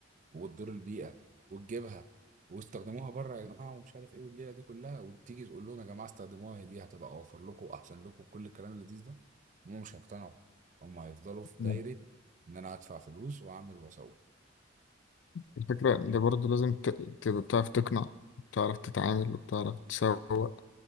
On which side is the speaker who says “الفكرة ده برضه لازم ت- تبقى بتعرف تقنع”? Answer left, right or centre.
Left